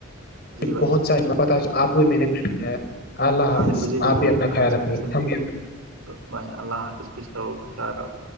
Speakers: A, on the left; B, on the right.
A: <unintelligible>
B: جی بھائی
A: بہت
B: جان
A: ساری پت آپ کو میں نے کچھ کروایا ہے اللہ
B: ہاں
A: حافظ
B: جی مجھے
A: آپ
B: بہت
A: بھی اپنا
B: کچھ
A: خیال
B: سے
A: رکھیںے
B: حاصل ہوا
A: ہم بھی اپنا
B: تو بائے اللہ حافظ خوشراو خوش آ رو <unintelligible>